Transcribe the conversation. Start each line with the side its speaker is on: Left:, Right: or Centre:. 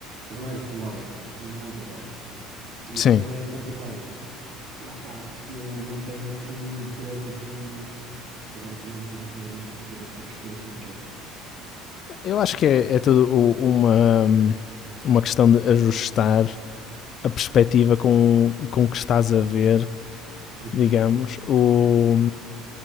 Right: primeiro, que demora muitas horas e
Left: Sim.
Right: que também é complicado. Lá está, eu não tenho assim grande. Se calhar também não tenho assim grande capacidade para perceber este tipo de jogo.
Left: Eu acho que é, é tudo uma, uma questão de ajustar a perspectiva com, com que estás a ver,
Right: Uhum,
Left: digamos, o,